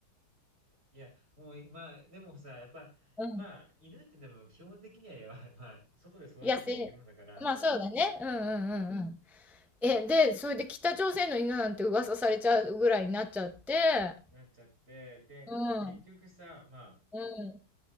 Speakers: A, on the right; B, in the centre.
A: いや、もう、まあ、でもさ、やっぱ、
B: うん。
A: まあ、犬ってでも基本的には、<laughs> やばいまあ、外で育ってきた生き物だから、
B: 野生まあ、そうだね。うんうんうんうん。
A: うん、
B: え、で、それで北朝鮮の犬なんて噂されちゃうぐらいになっちゃって、
A: なっちゃって、で、
B: うん、
A: 結局さ、まあ、
B: うん。